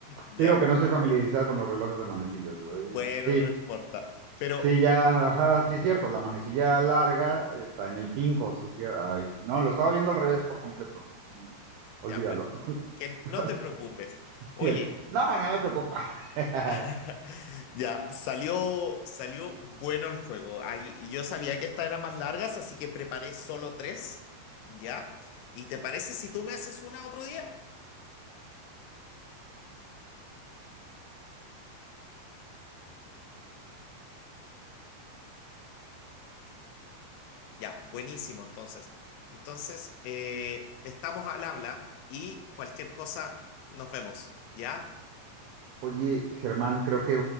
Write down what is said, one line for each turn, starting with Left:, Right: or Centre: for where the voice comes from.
Left: Ya.
Right: Te digo que no estoy familiarizado con los relojes de manecillas. Ay,
Left: Bueno,
Right: pues, sí,
Left: no importa. Pero
Right: sí, ya, ajá, sí es cierto. La manecilla larga está en el cinco sí es cierto. Ay, no, lo estaba viendo al revés por completo. No, olvídalo.
Left: Ya, pero que
Right: <laughs>
Left: no te preocupes. Oye,
Right: Y el- No, no me preocupa. <laughs>
Left: <laughs> ya, salió, salió bueno el juego. Ay, y yo sabía que estas eran más largas, así que preparé solo tres, ¿ya? ¿Y te parece si tú me haces una otro día? Ya, buenísimo, entonces. Entonces, eh, estamos al habla y cualquier cosa, nos vemos, ¿ya?
Right: Oye, Germán, creo que